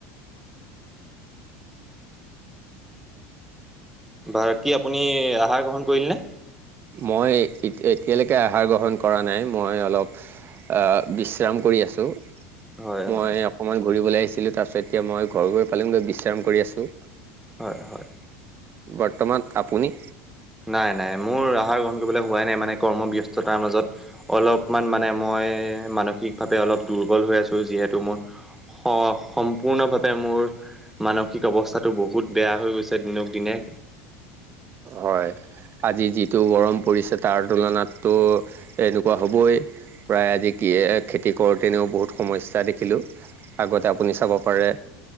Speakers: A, in the centre; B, on the right.
A: বাকী আপুনি আহাৰ গ্ৰহণ কৰিলে নে?
B: মই এতিয়ালৈকে আহাৰ গ্ৰহণ কৰা নাই। মই অলপ আ বিশ্ৰাম কৰি আছোঁ।
A: হয় হয়
B: মই অকনমান ঘুৰিবলৈ আহিছিলো তাৰ পিছত এতিয়া মই ঘৰ গৈ পালো গৈ বিশ্ৰাম কৰি আছো।
A: হয় হয়।
B: বৰ্তমান আপুনি?
A: নাই নাই মোৰ আহাৰ গ গ্ৰহণ কৰিবলৈ হোৱাই নাই মানে কৰ্ম ব্যস্ততাৰ মাজত অলপমান মানে মই মানসিকভাৱে অলপ দুৰ্বল হৈ আছো যিহেতু মোৰ স সম্পূৰ্ণভাৱে মোৰ মানসিক অৱস্থাতটো বহুত বেয়া হৈ গৈছে দিনক দিনে।
B: হয় আজি যিটো গৰম পৰিছে তাৰ তুলনাতটো এনেকুৱা হ'বই। প্ৰায় আজি কি খেতি কৰোতেনেও বহুত সমস্যা দেখিলো। আগতে আপুনি চাব পাৰে